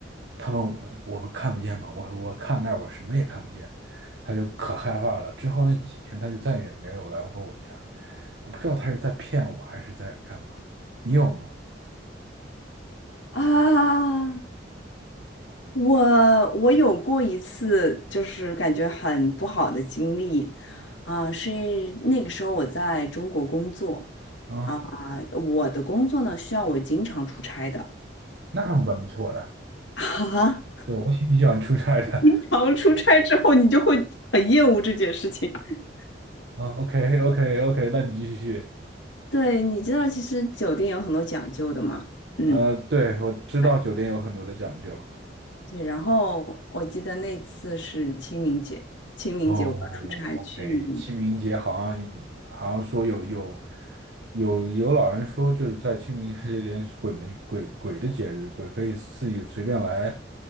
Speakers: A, on the right (about 65°); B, on the left (about 80°).
A: 他问我，我们看不见吗？我我看那儿，我什么也看不见，他就可害怕了。之后那几天，他就再也没有来过我家。我不知道他是在骗我还是在干嘛。你有吗？
B: 啊，我我有过一次，就是感觉很不好的经历啊，是那个时候我在中国工作
A: 啊，
B: 啊，我的工作呢需要我经常出差的。
A: 那还蛮不错的。
B: <laughs> 啊
A: 对，我挺喜欢出差的。
B: 经常出差之后，你就会很厌恶这件事情。<laughs>
A: 啊，OK OK OK，那你继续。
B: 对，你知道，其实酒店有很多讲究的嘛。嗯，
A: 呃，对，我知道酒店有很多的讲究。
B: 对对。然后我记得那次是清明节，清明节我要出差去
A: 哦，OK，清明节好像好像说有有有有老人说，就是在清明节这天是鬼门鬼鬼的节日，鬼可以自己随便来